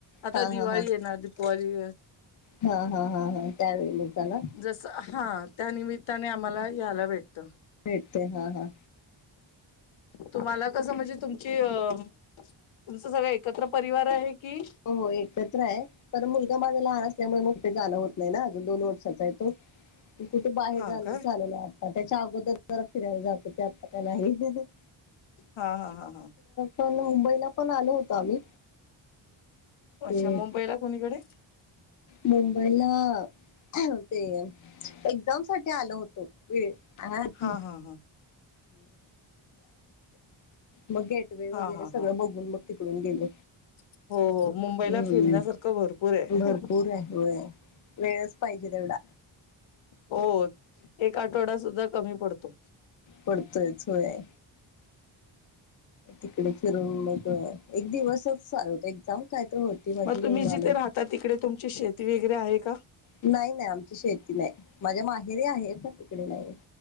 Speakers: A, on the left; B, on the left.
A: आता
B: हा
A: दिवाळी
B: हा हा
A: येणार दीपवली
B: हा हा हा हा. काता ना <unintelligible>
A: जस हा त्यानिमित्ताने आम्हाला यायला भेटत
B: भेटते हा हा.
A: तुम्हाला कसं म्हणजे तुमची, अ तुमचं सगळं एकत्र परिवार आहे की?
B: हो हो एकत्र आहे. तर मुलगा माझा लहान असल्यामुळे मग ते जाणं होत नाही ना अजून दोन वर्षाचा आहे तो. कुठे बाहेर
A: हा
B: जायला
A: काय
B: झालेलं, आता त्याच्या अगोदर जरा फिरायला जातो ते आता काय नाही. ह <inaudible>
A: हा हा हा हा.
B: काल मुंबईला पण आलो होतो आम्ही
A: अच्छा
B: ते
A: मुंबईला कोणीकडे
B: मुंबईला ते, एक्झाम साठी आलो होतो. ्
A: हा हा हा
B: मगे <unintelligible> गेट वे
A: हा
B: वगैरे
A: हा
B: सगळं
A: हा
B: बघून, मग तिकडून गेलो.
A: हो हो मुंबईला
B: हम्म
A: फिरण्यासारखं भरपूर आहे
B: भरपूर आहे व वेळच पाहिजे तेवढा
A: हो एक आठवडा सुद्धा कमी पडतो.
B: पडतोयच होय. तिकडे फिरून मग एक दिवसच चालतो एक्झाम. काय तर होती माझी
A: मग
B: म्हणून
A: तुम्ही जिथे
B: आलो होतो.
A: राहता तिकडे तुमची शेती वगैरे आहे का?
B: नाही नाही आमची शेती नाही माझ्या माहेरी आहे पण तिकडे नाही.